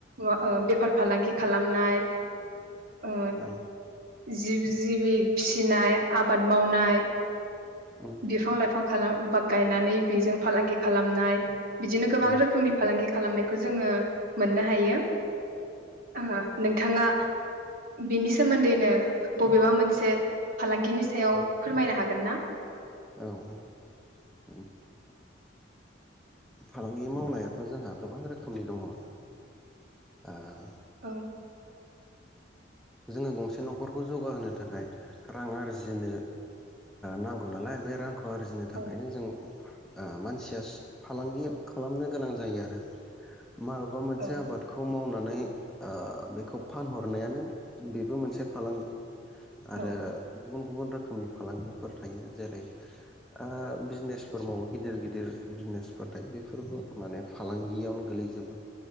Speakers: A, on the right; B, in the centre.
A: ओ बेफार फालांगि खालामनाय ओ
B: औ
A: जिब जिबि फिसिनाय आबाद मावनाय
B: ओं
A: बिफां लाइफां खालाम गायनानै बेजों फालांगि खालामनाय बिदिनो गोबां
B: ओं
A: रोखोमनि फालांगि खालामनाय खौ जोङो मोननो हायो आ नों बिथाङा बिनि सोमोन्दैनो बबेबा मोनसे फालांगिनि सायाव
B: ओं
A: फोरमायनो हागोन ना?
B: औ औ फालांगि मावनायाथ' जोंहा गोबां रोखोमनि दङ। आ
A: औ
B: जोङो गंसे न'खरखौ जौगाहोनो थाखाय रां आरजिनो नांगौ नालाय बे रां खौ आरजिनो थाखायनो
A: औ
B: जों मानसिया फालांगि खालामनो गोनां जायो आरो माबेबा मोनसे
A: औ
B: आबादखौ मावनानै ओ बेखौ फानहरनायानो बेबो मोनसे फालांगि आरो
A: औ
B: गुबुन गु गुबुन रोखोमनि फालांगिफोर थायो जेरै ओ बिजनेसफोर मावो गिदिर गिदिर बिजनेसफोर थायो बेफोरबो माने फालांगियावनो गोलैजोबो